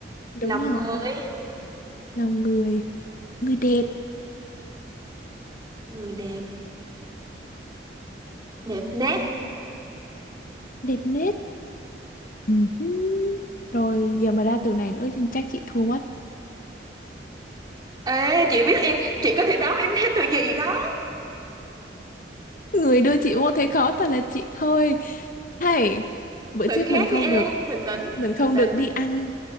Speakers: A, on the left; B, on the right.
A: đúng
B: Lòng
A: rồi
B: người,
A: lòng người người đẹp
B: người đẹp, đẹp nét.
A: đẹp nết Ừ hứ. rồi giờ mà ra từ này nữa thì chắc chị thua mất
B: Ê, chị biết em, chị có thể đoán em hát từ gì đó.
A: người đưa chị vô thế khó thật là chị thôi hay bữa
B: Từ
A: trước
B: khác
A: mình không
B: đi em,
A: được
B: bình tĩnh,
A: mình không
B: bình tĩnh.
A: được đi ăn